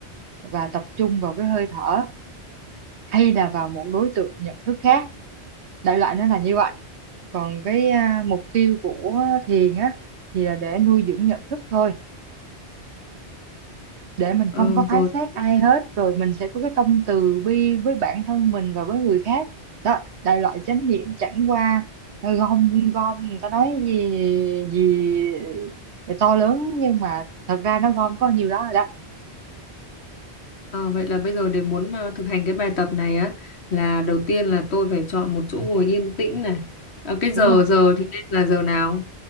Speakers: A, on the right; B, on the left.
A: và tập trung vào cái hơi thở hay là vào một đối tượng nhận thức khác đại loại nó là như vậy còn cái à, mục tiêu của thiền á thì là để nuôi dưỡng nhận thức thôi để mình
B: ừ,
A: không có phán
B: rồi
A: xét
B: ok.
A: ai hết rồi mình sẽ có cái tâm từ bi với bản thân mình và với người khác đó đại loại chánh niệm chẳng qua ờ, gom gom người ta nói gì gì to lớn nhưng mà thật ra nó gom có nhiều đó rồi đó
B: Ờ, vậy là bây giờ để muốn mà thực hành cái bài tập này á là đầu tiên là tôi phải chọn một chỗ ngồi yên tĩnh này Ờ, cái giờ
A: đúng không
B: giờ thì nên là giờ nào